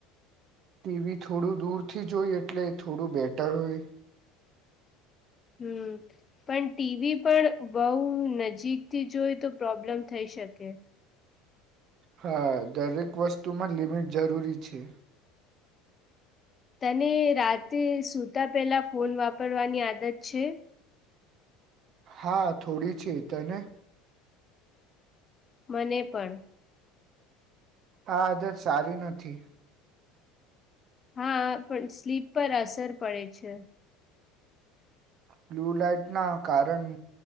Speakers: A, on the right; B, on the left.
A: ટીવી થોડું દૂર થી જોય એટલે થોડું બેટર હોય
B: હમ પણ ટીવી પણ બઉ નજીકથી જોઈ તો પ્રોબ્લેમ થઈ શકે
A: હા દરેક વસ્તુમાં લિમિટ જરૂરી છે
B: તને રાતે સુતા પેલા ફોન વાપરવાની આદત છે
A: હા થોડી છે તને
B: મને પણ
A: હા આદત સારી નથી.
B: હા પણ સ્લીપ પર અસર પડે છે.
A: બ્લુ લઇટના કારણ